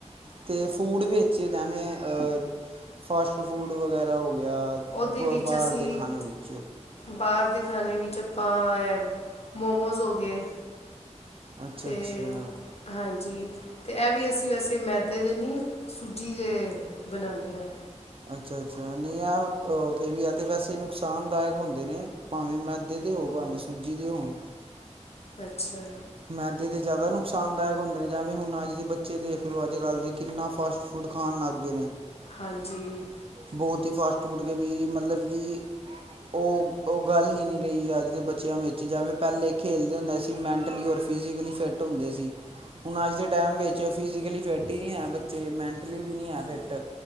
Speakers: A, on the right (about 50°); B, on the left (about 55°).
A: ਤੇ ਫੂਡ ਵੇਚ ਜੈਵੇਂ ਅ ਫਾਸਟ-ਫੂਡ ਵਗੈਰਾ ਹੋ ਗਿਆ
B: ਉਹਦੇ
A: ਬ
B: ਵਿੱਚ
A: ਬਾਰ
B: ਅਸੀਂ
A: ਦੇ ਖਾਨੇ ਵਿੱਚ
B: ਬਾਹਰ ਦੇ ਖਾਨੇ ਵਿੱਚ ਆਪਾਂ ਐ ਮੋਮੋਜ਼ ਹੋ ਗਏ।
A: ਅੱਛਾ
B: ਤੇ।
A: ਅੱਛਾ
B: ਹਾਂਜੀ ਤੇ ਏਹ ਵੀ ਅਸੀਂ ਵੈਸੇ ਮੈਦੇ ਦੇ ਨੀ, ਸੂਜੀ ਦੇ ਬਨਾਨੇ ਆਂ।
A: ਅੱਛਾ-ਅੱਛਾ ਨਈ ਏਹ ਆ ਕਿ ਵੀ ਐ ਤੇ ਵੈਸੇ ਨੁਕਸਾਨਦਾਇਕ ਹੁੰਦੇ ਨੇ। ਪਾਂਵੇਂ ਮੈਦੇ ਦੇ ਹੋ ਪਾਂਵੇਂ ਸੂਜੀ ਦੇ ਹੋਣ।
B: ਅੱਛਾ।
A: ਮੈਦੇ ਦੇ ਜਾਦਾ ਨੁਕਸਾਨਦਾਇਕ ਹੁੰਦੇ ਨੇ ਜਵੇਂ ਹੁਣ ਅੱਜ ਦੇ ਬੱਚੇ ਦੇਖ ਲੋ ਅੱਜ-ਕੱਲ ਦੇ ਕਿੰਨਾ ਫਾਸਟ ਫੂਡ ਖਾਣ ਲਾਗ ਗਏ ਨੇ।
B: ਹਾਂਜੀ।
A: ਬੋਤ ਈ ਫਾਸਟ-ਫੂਡ ਕੇ ਵੀ ਮਤਲਬ ਕਿ ਓ ਓਹ ਗੱਲ ਹੀ ਨਈ ਰਹੀ ਅੱਜ ਦੇ ਬੱਚਿਆਂ ਵਿੱਚ ਜਵੇਂ ਪਹਿਲੇ ਖੇਲਦੇ ਹੁੰਦੇ ਸੀ ਮੈਂਟਲੀ ਔਰ ਫਿਜੀਕਲੀ ਫਿੱਟ ਹੁੰਦੇ ਸੀ। ਹੁਣ ਅੱਜ ਦੇ ਟੈਮ ਵਿੱਚ ਫਿਜ਼ੀਕਲੀ ਫਿੱਟ ਈ ਨਈ ਐ ਬੱਚੇ ਮੈਂਟਲੀ ਵੀ ਨਈ ਐ ਫਿੱਟ।